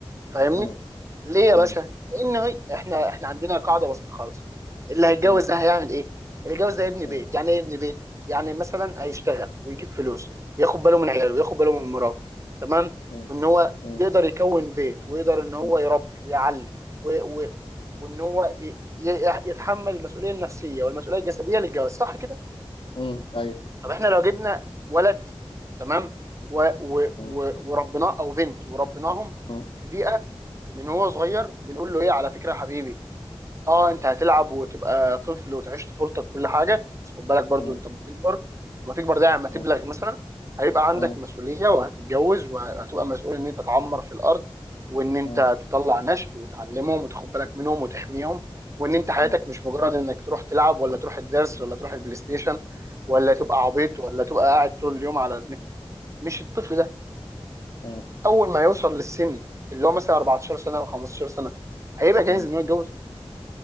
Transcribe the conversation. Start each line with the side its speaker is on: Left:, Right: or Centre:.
Right: فاهمني
Left: م-
Right: ليه يا
Left: م-
Right: باشا؟ لأن هي احنا احنا عندنا قاعدة بسيطة خالص اللي هيتجوز
Left: م- م-
Right: ده هيعمل ايه؟ اللي هيتجوز ده يبني
Left: م-
Right: بيت، يعني ايه يبني بيت؟ يعني مثلا هيشتغل ويجيب فلوس وياخد باله من عياله وياخد باله من مراته تمام؟
Left: م-
Right: وان هو يقدر يكون بيت ويقدر ان هو
Left: م-
Right: يربي ويعلم و... و...
Left: م-
Right: وان هو ي... ي- يتحمل المسؤولية النفسية والمسؤولية الجسدية للجواز صح كده؟
Left: م- ايوه
Right: طب احنا لو جبنا ولد تمام؟ و... و...
Left: م-
Right: و... وربناه او بنت وربناهم
Left: م-
Right: في بيئة من هو صغير بنقول له ايه على فكره يا حبيبي اه انت هتلعب وتبقى طفل وتعيش طفولتك كل حاجه بس خد بالك برضو
Left: م- م-
Right: انت لما تكبر لما تكبر ده يعني لما تبلغ
Left: م-
Right: مثلا هيبقى عندك
Left: م-
Right: مسؤوليه وهتتجوز وهتبقى مسؤول ان انت تعمر في الارض وان انت
Left: م-
Right: تطلع نشء وتعلمهم وتاخد بالك منهم وتحميهم وان انت حياتك
Left: م-
Right: مش مجرد انك تروح تلعب ولا تروح الدرس ولا تروح البلاي ستيشن ولا تبقى عبيط ولا تبقى قاعد طول اليوم على النت مش الطفل ده
Left: م- م-
Right: اول ما هيوصل للسن اللي هو مثلا 14 سنه او 15 سنه هيبقى جاهز
Left: م-
Right: ان هو يتجوز